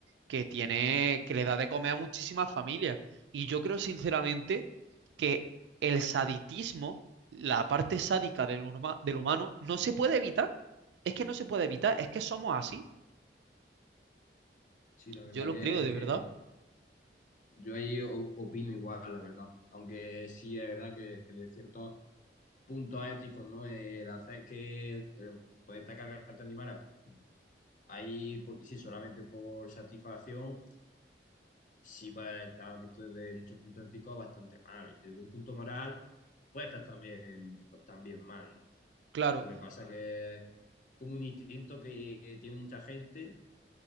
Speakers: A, on the right; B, on the left.
A: que tiene,
B: Cuesta una pasta.
A: que le da de comer a muchísimas familias. Y yo creo sinceramente que el saditismo, la parte sádica del, huma- del humano, no se puede evitar. Es que no se puede evitar, es que somos así.
B: Sí, la
A: Yo
B: verdad
A: lo
B: que
A: creo de
B: es que
A: verdad.
B: yo ahí o- opino igual, la verdad. Aunque sí es verdad que de ciertos puntos éticos, ¿no? El hacer que el, el poder atacar a cargarte animales ahí porque sí, solamente por satisfacción, sí puede estar visto desde muchos puntos éticos bastante mal. Y desde un punto moral, puede estar también, pues, también mal, ¿no?
A: Claro,
B: Lo que pasa Claro. que es como un instinto que tiene mucha gente